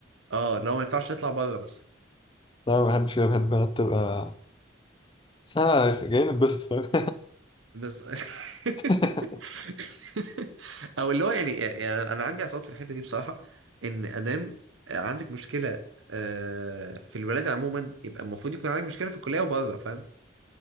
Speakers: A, on the right; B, on the left.
A: اه لو ما ينفعش نطلع بره بس
B: لا ما بحبش كده بحب البنات تبقى بس انا جايين نتبسط فاهم
A: بس <laughs>
B: <laughs>
A: او اللي هو يعني, يعني انا عندي اعتراض في الحته دي بصراحه ان ادام عندك مشكله آه، في الولاده عموما يبقى المفروض يكون عندك مشكله في الكليه وبره فاهم